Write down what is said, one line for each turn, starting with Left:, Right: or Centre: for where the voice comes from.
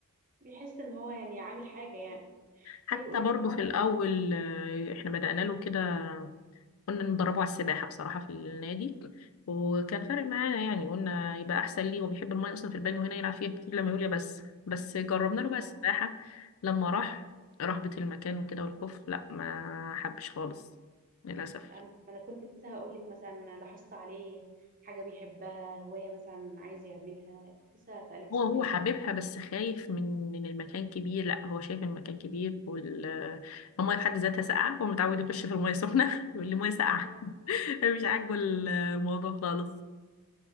Right: بيحس ان هو يعني عامل حاجه يعني
Left: حتى
Right: طيب قولي
Left: برضو
Right: لي مثلا
Left: في الاول
Right: بت...
Left: آه، احنا بدأنا له كده كنا ندربه على السباحة بصراحة في النادي وكان فارق معانا يعني قلنا يبقى أحسن ليه هو بيحب المية أصلا في البانيو هنا يلعب فيها كتير لما يقول يا بس بس جربنا له بقى
Right: آه.
Left: السباحة لما راح رهبة المكان وكده والخوف لا ما حبش خالص للأسف
Right: أم- انا كنت لسه هقول لك مثلا لاحظت عليه حاجه بيحبها هوايه مثلا عايز يعملها كنت لسه هسألك السؤال
Left: هو هو حاببها
Right: ده
Left: بس خايف من من المكان كبير لا هو شايف المكان كبير وال المية في حد ذاتها ساقعة هو متعود يخش في المية سخنة <laughs> يقول لي مية ساقعة
Right: مم.
Left: <laughs> مش عاجبه الموضوع خالص